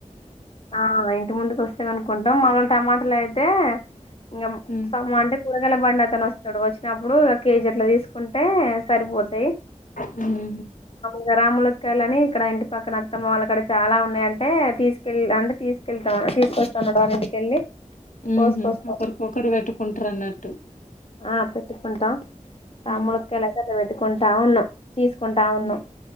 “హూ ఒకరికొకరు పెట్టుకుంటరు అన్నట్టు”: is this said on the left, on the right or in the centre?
Left